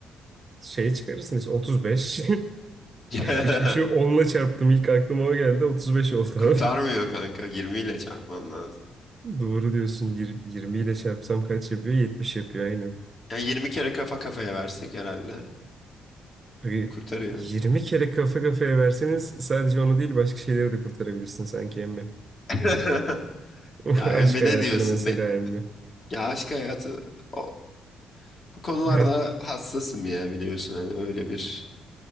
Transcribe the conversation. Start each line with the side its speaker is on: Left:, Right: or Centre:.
Right: şeye çıkarırsınız. 35.
Left: <laughs>
Right: 3.5'ü <laughs> onla çarptım. İlk aklıma o geldi. 35 oldu
Left: Kurtarmıyor
Right: abi.
Left: kanka. 20 ile çarpman lazım.
Right: <laughs> Doğru diyorsun. Yir- 20 ile çarpsam kaç yapıyor? 70 yapıyor aynen.
Left: Yani 20 kere kafa kafaya versek herhalde
Right: Abi
Left: kurtarıyor.
Right: 20 kere kafa kafaya verseniz sadece onu değil başka şeyleri de kurtarabilirsin sanki emmi.
Left: <laughs>
Right: <laughs>
Left: Ya
Right: Aşk
Left: Emre
Right: hayatını
Left: ne diyorsun?
Right: mesela
Left: Ne-
Right: emmi.
Left: Ya aşk hayatı o- bu konularda
Right: Heh.
Left: hassasım ya biliyorsun hani öyle bir